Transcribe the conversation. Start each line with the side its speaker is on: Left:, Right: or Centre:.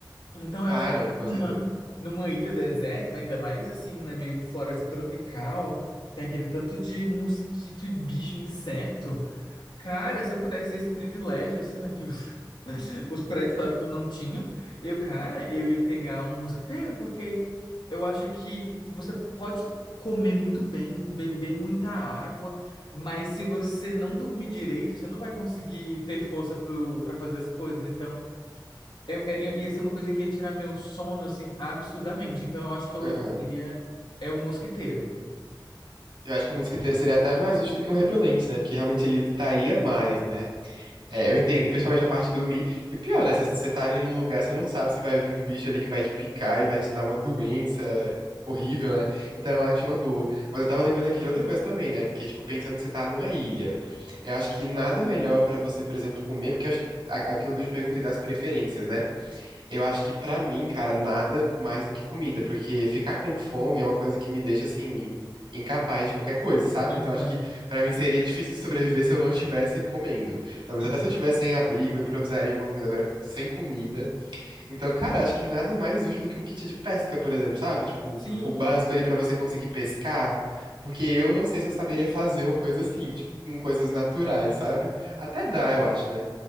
Left: Então, eu
Right: Ah,
Left: acho que
Right: não, com
Left: numa,
Right: certeza.
Left: numa ilha deserta, né, ainda mais assim, né, meio floresta tropical, tem aquele tanto de mosquito e bicho, inseto. Cara, se eu pudesse ter esse privilégio, assim, né, que o os pré-históricos não tinham. Eu, cara, eu ia pegar um mosquiteiro, porque eu acho que você pode comer muito bem, beber muita água, mas se você não dormir direito, você não vai conseguir ter força para fazer as coisas. Então, eu, era- ia ser uma coisa que ia tirar meu sono, assim, absurdamente. Então, eu acho que eu
Right: Aham.
Left: levaria é um mosquiteiro.
Right: Eu acho que o mosquiteiro seria até mais útil do que um repelente, né? Porque realmente ele evitaria mais, né? É, eu entendo, e principalmente a parte de dormir. E o pior, né? Você você tá ali num lugar, você não sabe se vai vir um bicho ali que vai te picar e vai te dar uma doença horrível, né? Então eu acho uma boa. Mas eu tava lembrando aqui de outra coisa também, né? Porque, tipo, pensando que você tá numa ilha, eu acho que nada melhor pra você, por exemplo, comer, porque eu acho que a- aquilo que eu te perguntei das preferências, né? Eu acho que pra mim, cara, nada mais do que comida, porque ficar com fome é uma coisa que me deixa assim incapaz de qualquer coisa, sabe?
Left: Aham,
Right: Então acho que pra mim seria difícil de sobreviver se eu não estivesse comendo. Talvez
Left: Sim.
Right: até se eu tivesse sem abrigo, eu improvisaria alguma coisa agora sem comida. Então, cara, acho que nada mais útil do que um kit de pesca, por exemplo, sabe? Tipo,
Left: Sim.
Right: o básico ali pra você conseguir pescar, porque eu não sei se eu saberia fazer uma coisa assim, tipo, com coisas naturais, sabe? Até dá, eu acho, né?